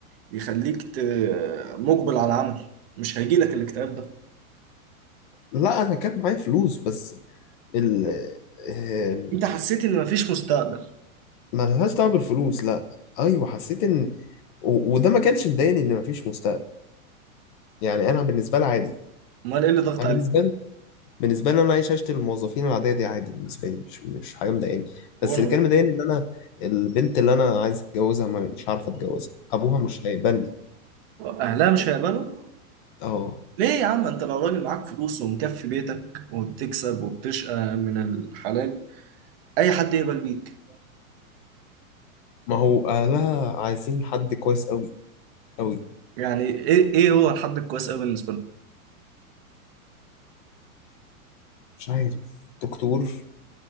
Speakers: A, on the right (about 40°); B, on the left (about 35°).
A: يخليك ت- مجبل على العمل مش هيجي لك الاكتئاب ده
B: لا انا كان معايا فلوس بس ال آه،
A: انت حسيت ان مفيش مستقبل
B: ما لهاش دعوه بالفلوس لا ايوه حسيت ان و- وده ما كانش مضايقني ان مفيش مستقبل يعني انا بالنسبه لي عادي
A: امال ايه اللي ضغط
B: انا
A: عليك
B: بالنسبه لي بالنسبه لي انا عايش عيشه الموظفين العاديه دي عادي بالنسبه لي مش مش حاجه مضايقاني
A: وانا
B: بس اللي كان مضايقني ان انا البنت اللي انا عايز اتجوزها ما- مش عارف اتجوزها ابوها مش هيقبلني
A: أهلها مش هيقبلوا
B: اه
A: ليه يا عم انت لو راجل معاك فلوس ومكفي بيتك وبتكسب وبتشقى من الحلال اي حد يقبل بيك
B: ما هو اهلها عايزين حد كويس قوي قوي
A: يعني ايه ايه هو الحد الكويس قوي بالنسبه له
B: مش عارف دكتور